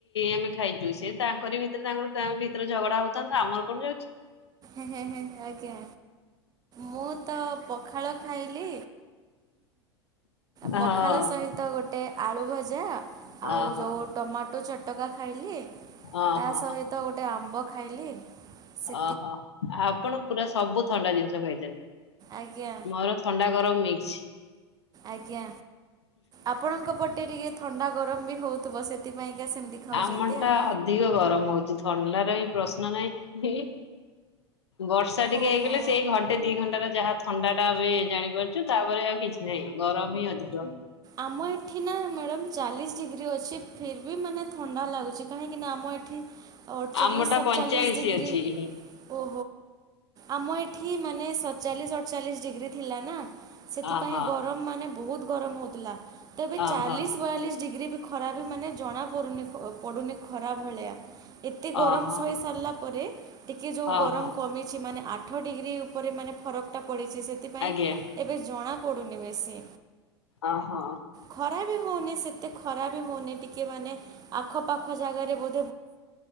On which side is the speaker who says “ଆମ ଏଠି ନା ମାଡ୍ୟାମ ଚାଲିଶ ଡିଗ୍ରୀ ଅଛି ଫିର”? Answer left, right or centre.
Right